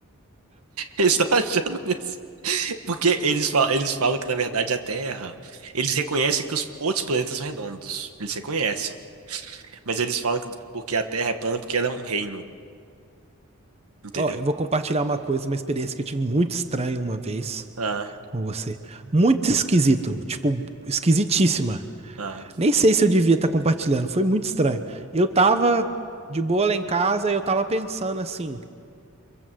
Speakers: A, on the right; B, on the right.
A: Eles estão achando isso. Porque eles falam, eles falam que, na verdade, a Terra. Eles reconhecem que os outros planetas são redondos. Eles reconhecem. Mas eles falam que porque a Terra é plana porque ela é um reino. Entendeu?
B: ó, eu vou compartilhar uma coisa, uma experiência que eu tive muito estranha uma vez
A: Ah,
B: com você. Muito esquisito, tipo, esquisitíssima.
A: ah,
B: Nem sei se eu devia estar compartilhando, foi muito estranho. Eu tava de boa lá em casa e eu tava pensando assim: